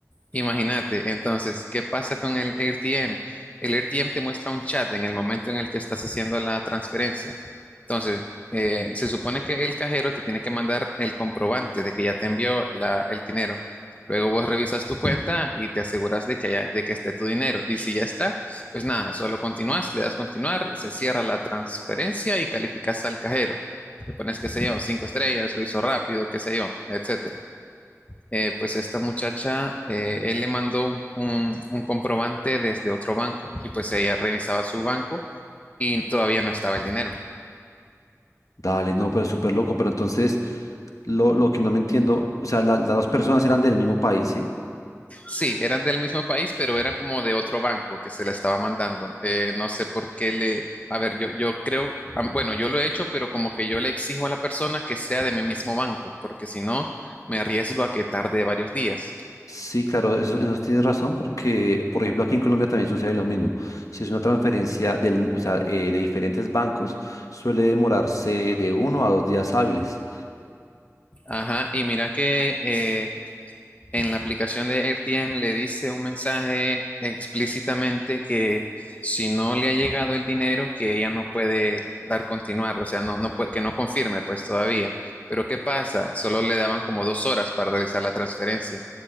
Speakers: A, on the left; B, on the left.
A: Imagínate, entonces, ¿qué pasa con el AirTM? El AirTM te muestra un chat en el momento en el que estás haciendo la transferencia. Entonces, eh, se supone que el cajero te tiene que mandar el comprobante de que ya te envió la- el dinero. Luego vos revisas tu cuenta y te aseguras de que haya- de que esté tu dinero. Y si ya está, pues nada, solo continúas, le das continuar, se cierra la transferencia y calificas al cajero. Le pones, qué sé yo, cinco estrellas, lo hizo rápido, qué sé yo, etc eh, pues esta muchacha, eh, él le mandó un, un- un comprobante desde otro banco y pues ella revisaba su banco y todavía no estaba el dinero.
B: Dale, no, pero súper loco. Pero entonces, lo, lo que no me entiendo, o sea, la- las dos personas eran del mismo país, ¿sí?
A: Sí, eran del mismo país, pero eran como de otro banco que se le estaba mandando. Eh, no sé por qué le... A ver, yo, yo creo, am- bueno, yo lo he hecho, pero como que yo le exijo a la persona que sea de mi mismo banco, porque si no, me arriesgo a que tarde varios días.
B: Sí, claro, eso, eso tienes razón porque, por ejemplo, aquí en Colombia también sucede lo mismo. Si es una transferencia del, o sea, eh, de diferentes bancos, suele demorarse de uno a dos días hábiles.
A: Ajá, y mira que eh, en la aplicación de AirTM le dice un mensaje explícitamente que si no le ha llegado el dinero, que ella no puede dar continuar, o sea, no, no puede, que no confirme pues todavía. Pero ¿qué pasa? Solo le daban como dos horas para realizar la transferencia.